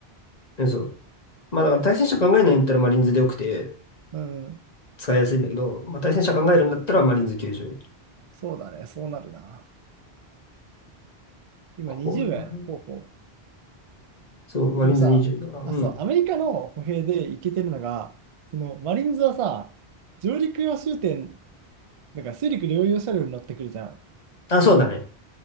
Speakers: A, on the left; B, on the right.
A: えそう。まあだから対戦者考えないんだったらマリーンズでよくて
B: うん。
A: 使いやすいんだけど、まあ対戦者考えるんだったらマリーンズ90。
B: そうだね。そうなるな。今20円。
A: これな。
B: ほうほう。
A: そう、マリーンズ20だから。
B: でもさ、
A: うん。
B: あ、そう、アメリカの歩兵でいけてるのが、その、マリンズはさ、上陸用終点、だから水陸両用車両に乗ってくるじゃん。
A: あ、そうだね。